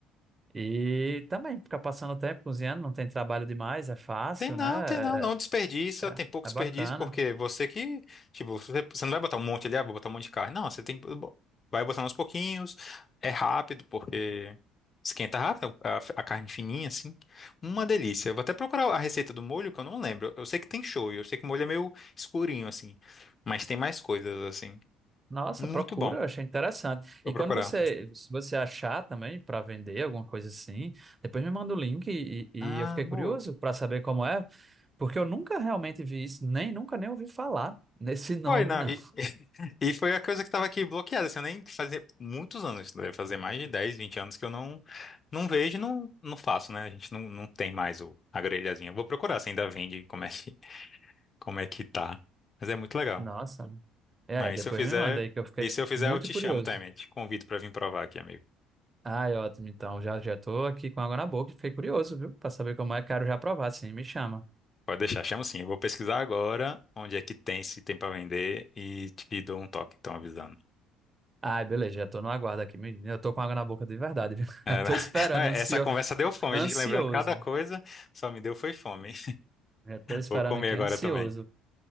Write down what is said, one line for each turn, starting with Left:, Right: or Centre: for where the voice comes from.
Right: E também ficar passando o tempo cozinhando, não tem trabalho demais, é fácil,
Left: Tem não,
Right: né?
Left: tem não, não
Right: É,
Left: desperdiça,
Right: é
Left: tem pouco
Right: é
Left: desperdício,
Right: bacana.
Left: porque você que, tipo, você, você não vai botar um monte ali, ah, vou botar um monte de carne. Não, você tem que, bo- vai botar uns pouquinhos, é rápido, porque esquenta rápido, a, a carne fininha, assim. Uma delícia. Eu vou até procurar a receita do molho, que eu não lembro. Eu sei que tem shoyu, eu sei que o molho é meio escurinho, assim, mas tem mais coisas, assim.
Right: Nossa,
Left: Muito
Right: procura,
Left: bom,
Right: eu achei interessante.
Left: vou
Right: E
Left: procurar.
Right: quando você, se você achar também para vender alguma coisa assim, depois me manda o link e, e-
Left: Ah,
Right: e eu fiquei
Left: boa.
Right: curioso para saber como é, porque eu nunca realmente vi isso, nem nunca nem ouvi falar nesse <laughs> nome,
Left: Foi, não.
Right: não.
Left: E, <laughs> e foi a coisa que estava aqui bloqueada. Assim, eu nem fazia muitos anos, deve fazer mais de 10 20 anos que eu não, não vejo e não, não faço, né? A gente não, não tem mais o, a grelhazinha. Eu vou procurar se ainda vende, como é que, <laughs> como é que tá. Mas é muito legal.
Right: Nossa. É,
Left: Ah,
Right: aí depois
Left: e se eu fizer,
Right: me manda aí que eu fiquei
Left: e se eu fizer,
Right: muito
Left: eu te
Right: curioso.
Left: chamo também. Te convido para vir provar aqui, amigo.
Right: Ai, ótimo, então já já tô aqui com água na boca e fiquei curioso, viu? Para saber como é, quero já provar, sim, me chama.
Left: Pode deixar, chamo sim. Eu vou pesquisar agora onde é que tem, se tem para vender e te dou um toque, então avisando.
Right: Ai, beleza, já tô no aguardo aqui, me- eu tô com água na boca de verdade, viu? <laughs>
Left: É,
Right: Já tô
Left: <laughs>
Right: esperando,
Left: não, essa
Right: ansio...
Left: conversa deu fome,
Right: ansioso.
Left: a gente lembrando cada coisa, só me deu foi fome.
Right: Já tô esperando
Left: Vou comer
Right: aqui,
Left: agora
Right: ansioso.
Left: também.